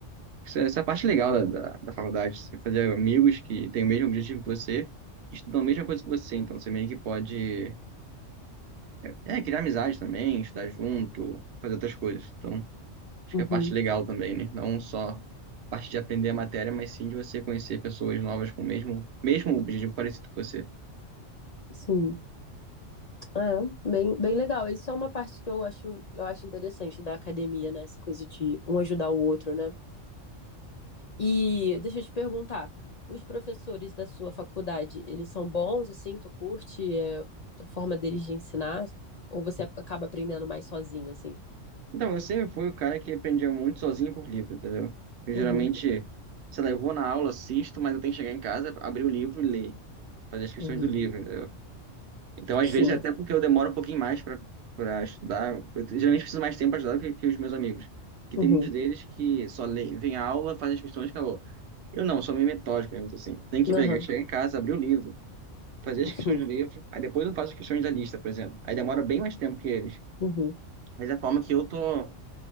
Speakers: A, on the right; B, on the left.
A: Essa essa é a parte legal da, da, da faculdade. Você fazer amigos que têm o mesmo objetivo que você, estudam a mesma coisa que você, então você meio que pode, é, criar amizade também, estudar junto, fazer outras coisas. Então, Acho
B: uhum.
A: que é a parte legal também, né? Não só a parte de aprender a matéria, mas sim de você conhecer pessoas novas com o mesmo, mesmo objetivo parecido com você.
B: Sim. É, bem, bem legal. Isso é uma parte que eu acho, eu acho interessante da academia, né? Essa coisa de um ajudar o outro, né? E deixa eu te perguntar, os professores da sua faculdade, eles são bons, assim? Tu curte, é, a forma deles de ensinar? Ou você acaba aprendendo mais sozinho, assim?
A: Então, eu sempre fui o cara que aprendia muito sozinho por livro, entendeu? Eu
B: Uhum,
A: geralmente, sei lá, eu vou na aula, assisto, mas eu tenho que chegar em casa, abrir o livro e ler. Fazer as questões
B: uhum.
A: do livro, entendeu? Então, às
B: Sim.
A: vezes, até porque eu demoro um pouquinho mais para para estudar, eu geralmente preciso mais tempo para estudar que, que os meus amigos, que
B: Uhum.
A: tem muitos deles que só leem, vêm à aula, fazem as questões, e acabou. Eu não, sou meio metódico, digamos assim. Tem que
B: Aham.
A: pegar, chegar em casa, abrir o livro, fazer as
B: Uhum.
A: questões do livro, aí depois eu faço as questões da lista, por exemplo. Aí demora bem mais tempo que eles.
B: Uhum.
A: Mas é a forma que eu tô